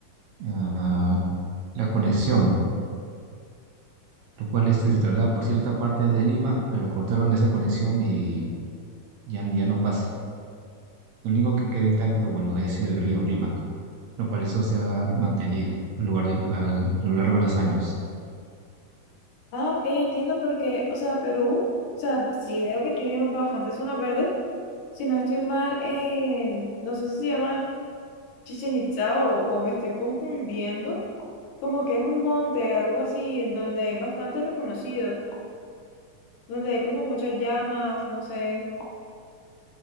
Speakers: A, on the right (about 70°); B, on the left (about 75°).
A: ah, la conexión lo cual este se traslada por cierta parte de Lima, pero cortaron esa conexión y ya, ya no pasa. Lo único que queda intacto, bueno, es el río Rímac, lo cual eso se ha mantenido a, lugar de- al- a lo largo de los años.
B: Ah, ok, entiendo porque, o sea, Perú, o sea, sí veo que tiene bastantes zonas verdes. Si no estoy mal, eh, no sé si se llama Chichen Itza o, o me estoy confundiendo, como que es un monte, algo así, en donde es bastante reconocido, donde hay como muchas llamas, no sé,